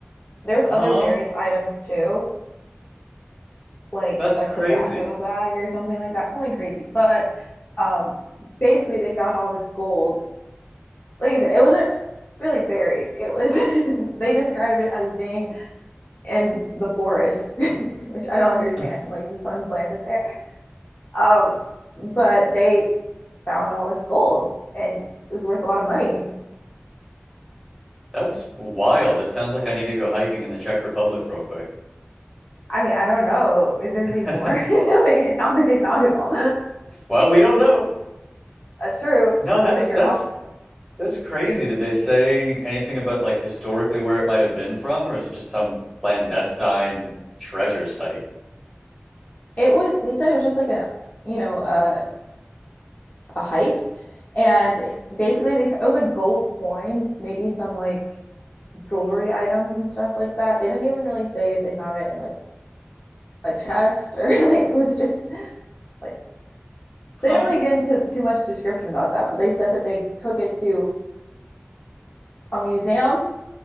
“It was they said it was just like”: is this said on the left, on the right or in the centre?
Left